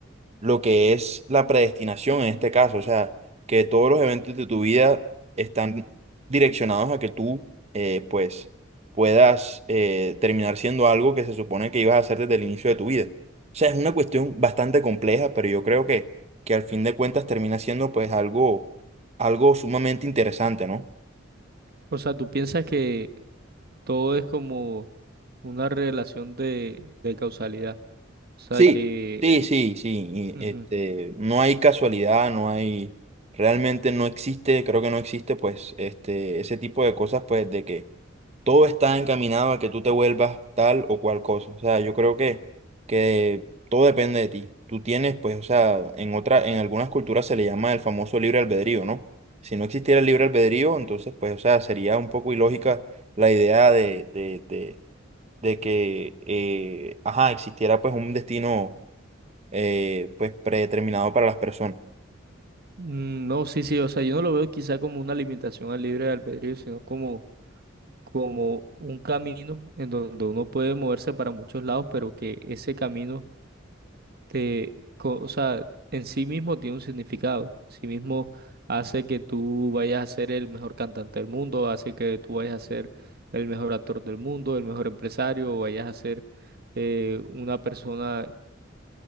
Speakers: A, on the right; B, on the right.
A: lo que es la predestinación en este caso, o sea, que todos los eventos de tu vida están direccionados a que tú, eh, pues, puedas eh, terminar siendo algo que se supone que ibas a hacer desde el inicio de tu vida. O sea, es una cuestión bastante compleja, pero yo creo que, que al fin de cuentas termina siendo, pues, algo, algo sumamente interesante, ¿no?
B: O sea, tú piensas que todo es como Una relación de, de causalidad. O sea
A: Sí,
B: que...
A: sí, sí, sí.
B: ujú.
A: y, Este, no hay casualidad, no hay, realmente no existe, creo que no existe, pues, este, ese tipo de cosas, pues, de que todo está encaminado a que tú te vuelvas tal o cual cosa. O sea, yo creo que, que todo depende de ti. Tú tienes, pues, o sea, en otra, en algunas culturas se le llama el famoso libre albedrío, ¿no? Si no existiera el libre albedrío, entonces, pues, o sea, sería un poco ilógica la idea de, de, de, de que, eh, ajá, existiera, pues, un destino eh, pues predeterminado para las personas.
B: Mm, No, sí, sí, o sea, yo no lo veo quizá como una limitación al libre albedrío, sino como, como un camino en donde uno puede moverse para muchos lados, pero que ese camino te, co- o sea, en sí mismo tiene un significado. En sí mismo hace que tú vayas a ser el mejor cantante del mundo, hace que tú vayas a ser el mejor actor del mundo, el mejor empresario, o vayas a ser eh, una persona